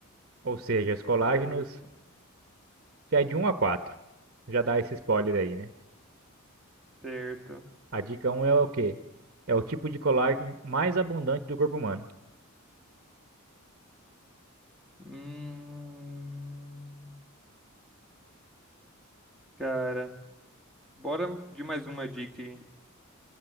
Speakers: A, on the right; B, in the centre.
A: Ou seja, os colágenos
B: Certo,
A: já é de um a 4. Já dá esse spoiler aí, né?
B: certo.
A: A dica um é o quê? É o tipo de colágeno mais abundante do corpo humano.
B: Hum, cara, bora de mais uma dica aí.